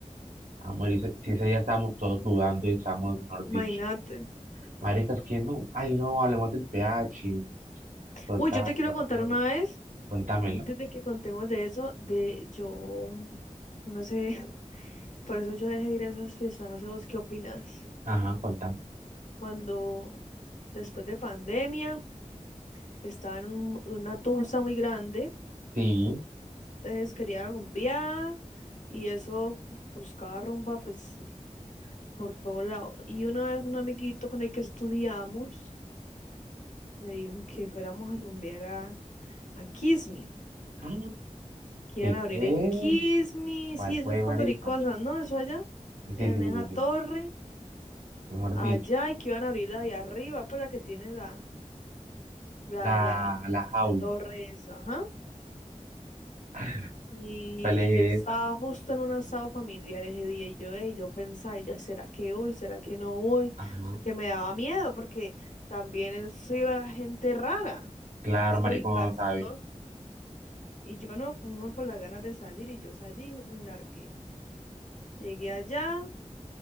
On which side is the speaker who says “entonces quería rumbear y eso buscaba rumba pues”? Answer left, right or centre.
Left